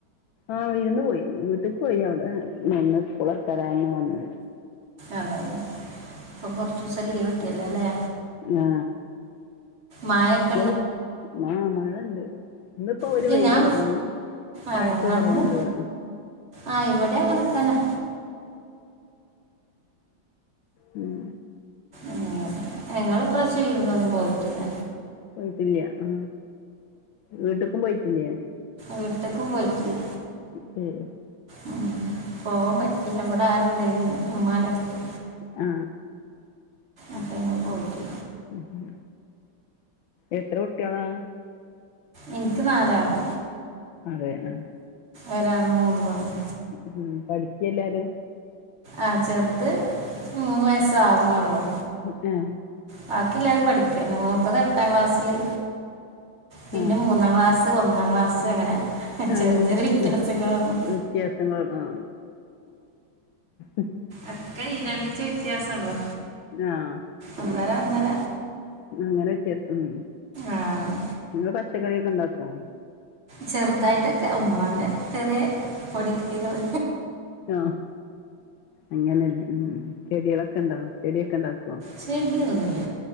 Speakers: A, on the left; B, on the right.
A: ആ വിരുന്ന് പോയി, വീട്ടിക്ക് പോയി അവിടെ നിന്ന് സ്കൂൾ തൊറക്കാരമെ വന്ന്.
B: അതെ ഇപ്പ കൊർച്ചുസം ലീവ് കിട്ടിയല്ല അല്ലേ.
A: ആ
B: മയക്ക്
A: ങ്ങളും ആ മഴണ്ട് ഇന്നിപ്പോ ഒരു
B: ഇല്ല
A: വെയില്
B: ഞാൻ
A: കൊറവും
B: അതെ
A: മഴക്ക് കൊറവൊണ്ട്
B: അന്ന്
A: ഇവിടെ.
B: ആ ഇവിടെ അങ്ങനെ തന്നെ.
A: ഉം
B: ഉം ഞങ്ങള് ഇപ്രാവിശ്യം വീരുന്നൊന്നും പോയിട്ടില്ല.
A: പോയിട്ടില്ല്യ ആ വീട്ടുക്കും പോയിട്ടില്ലേ.
B: വീട്ടുക്കും പോയിട്ടില്ല.
A: <inaudible>
B: ഉം പോവാൻ പറ്റിയില്ല ഇവിട ആരുണ്ടായിരുന്നില്ല ഉമ്മാൻ്റെ അടുത്ത്.
A: ആ
B: അപ്പൊന്ന് പോയിട്ട്
A: ഉം എത്ര കുട്ട്യാള?
B: എനിക്ക് നാലാള്.
A: അതെ ആ
B: ഒരാണും മൂന്ന് പെണ്ണും.
A: ഉം പഠിക്ക എല്ലാരും.
B: ആ ചെറുത് മൂന്ന് വയസ്സ് ആവണൊള്ളൂ.
A: പിന്നെ
B: ബാക്കി എല്ലാരും പഠിക്കാണ് മൂത്തത് എട്ടാം ക്ലാസ്സില് പിന്നെ
A: ആഹ്
B: മൂന്നാം ക്ലാസ്സ്. ത് ഒന്നാം ക്ലാസ്സ് അങ്ങനെ. ചെറിയ
A: അങ്ങനെ
B: ചെറിയ വ്യത്യാസങ്ങളുള്ളൂ
A: വ്യത്യാസങ്ങൾ ആ ഉ <inaudible>
B: ഒക്കെ ഈരണ്ടിച്ച വ്യത്യാസം ഉളേളാ.
A: ആ
B: ഒന്നര, ഒന്നര
A: അങ്ങനെ വ്യത്യാസം ഉം.
B: ആഹ്.
A: ഇങ്ങള് പച്ചക്കറിയൊക്കെ ഇ ണ്ടാക്കോ?
B: ചെറ്തായിട്ടൊക്കെ ഉമ്മാൻ്റെ ചെറിയ പൊടികൈകള്.
A: ആ അങ്ങനല്ലെ ഉം ചെട്യളൊക്കെ ണ്ടോ ചെടിഒക്കെ ഇണ്ടാക്കോ?
B: ചെടി ഒന്നുല്ല.